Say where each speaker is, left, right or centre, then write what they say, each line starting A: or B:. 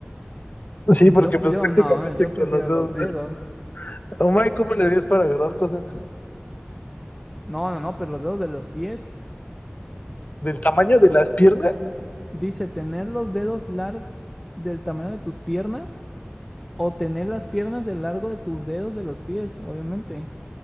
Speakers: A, on the left; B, in the centre.
A: Sí,
B: Yo,
A: porque pues
B: yo
A: prácticamente
B: no, eh, yo
A: con
B: prefiero
A: los dedos
B: los dedos.
A: del... Oh my, ¿cómo le harías para agarrar cosas?
B: No, no, no, pero los dedos de los pies.
A: ¿Del tamaño de las piernas?
B: Dice, tener los dedos largos del tamaño de tus piernas o tener las piernas del largo de tus dedos de los pies, obviamente.